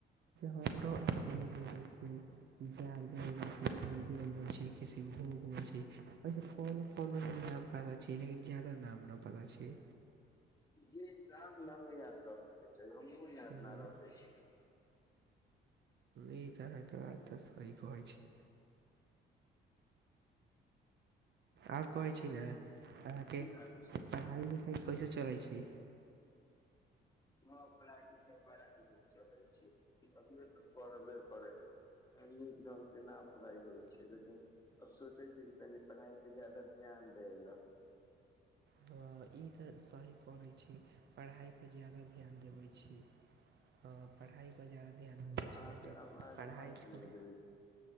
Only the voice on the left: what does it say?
जी राम नन याद रखेके चाही हमहुँ याद
न रखे छीय
की हाल छै
हँ पढ़ाइ लिखाइ बड़ा चलै छै अभिय तऽ पढ़बे करै नीक ढंग से नहि पढ़ाइ होइ छै देखिन आ सोचै छी कि तनि पढ़ाई पे ज्यादा ध्यान दै लए
अहाँके
आवाज
न सुनाइ
देबै